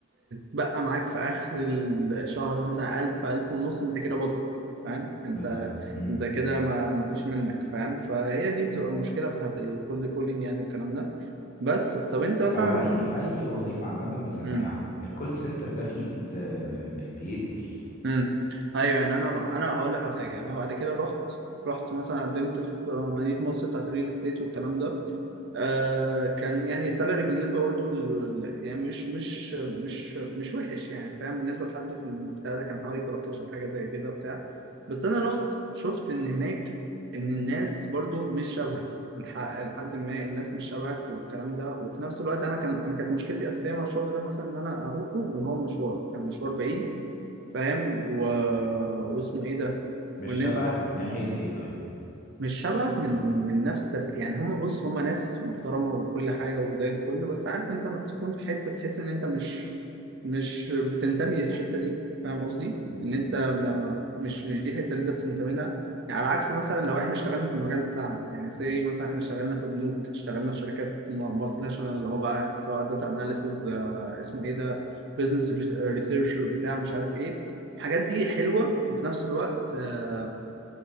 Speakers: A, on the right; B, on the left.
A: بقى معاك في اخر الشهر مثلا 1000 1000 ونص انت كده بطل فاهم انت
B: بالظبط مم.
A: انت كده ما ما فيش منك فاهم فهي دي بتبقى المشكله بتاعت الكولد كولينج يعني والكلام ده بس طب انت مثلا
B: او اي اي وظيفه عامه بسماعه
A: امم
B: الكول سنتر ده فيلد آه، بي- بيقتل
A: امم ايوه يعني انا انا هقول لك على حاجه انا بعد كده رحت رحت مثلا قدمت في مدينه مصر بتاعت الريل استيت والكلام ده آه كان يعني سالري بالنسبه برضو ال- ال- يعني مش مش مش مش وحش يعني فاهم بالنسبه لحد في البتاع ده كان حوالي 13 حاجه زي كده بتاع بس انا رحت شفت ان هناك ان الناس برضو مش شبهك الح- لحد ما الناس مش شبهك والكلام ده وفي نفس الوقت انا كان انا كانت مشكلتي الاساسيه مع الشغل ده مثلا ان انا اروحه ان هو مشوار كان مشوار بعيد فاهم و... واسمه ايه ده
B: مش
A: وان
B: شبهك من ناحيه ايه طيب
A: مش شبهك من من نفس تف... يعني هما بص هما ناس محترمة وكل حاجة وزي الفل بس عارف انت ما تكون في حتة تحس ان انت مش مش بتنتمي للحتة دي فاهم قصدي؟
B: مم.
A: ان انت ما... مش مش دي الحتة اللي انت بتنتمي لها يعني على عكس مثلا لو احنا اشتغلنا في المجال بتاعنا يعني زي مثلا احنا اشتغلنا في بنوك اشتغلنا في شركات مالتي ناشونال اللي هو بقى سواء داتا اناليسز اسمه ايه ده بزنس ريسيرشر بتاع مش عارف ايه الحاجات دي حلوة وفي نفس الوقت آه،